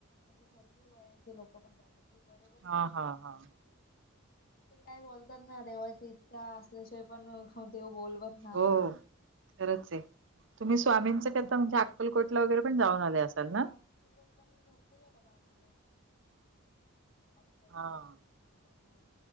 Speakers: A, on the left; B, on the right.
A: भरपूर वयाचे लोक पण जातात, ते बरोबर <unintelligible>
B: हा हा हा
A: ते काय बोलतात ना, देवाची इच्छा असल्याशिवाय पण देव बोलवत- ना आपल्याला
B: हो, खरंच आहे, तुम्ही स्वामींच करता म्हणजे, आक्कलकोटला वगैरे पण जाऊन आले असाल ना.
A: आक्कलकोटला ला मी भरपूर वेला जाऊण आले. अक्कलकोट,
B: हा
A: गाणगापूर,